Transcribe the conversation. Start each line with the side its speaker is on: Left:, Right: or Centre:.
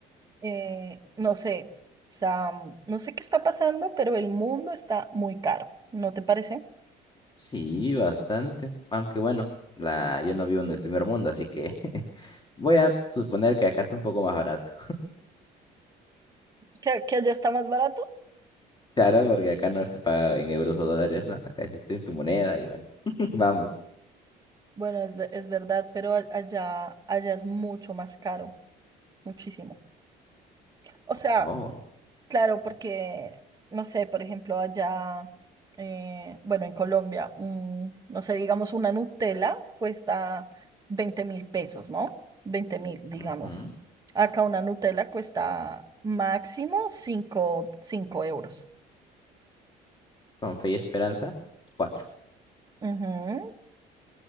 Right: Eh, no sé, o sea, no sé qué está pasando, pero el mundo está muy caro, ¿no te parece?
Left: Sí, bastante. Aunque bueno, la... yo no vivo en el primer mundo, así que <laughs> voy a suponer que acá está un poco más barato.
Right: ¿Que, que allá está más barato?
Left: Claro, porque acá no se paga en euros o dólares, ¿no? Acá es este en tu moneda y bueno. <laughs> Vamos.
Right: Bueno, es, ve- es verdad, pero a- allá, allá es mucho más caro, muchísimo. O sea,
Left: Oh,
Right: Claro, porque, no sé, por ejemplo, allá, eh, bueno, en Colombia, un, no sé, digamos, una Nutella cuesta veinte mil pesos, ¿no? Veinte mil, digamos.
Left: ujú.
Right: Acá una Nutella cuesta máximo 5 euros.
Left: Con fe y esperanza, cuatro.
Right: Ujú.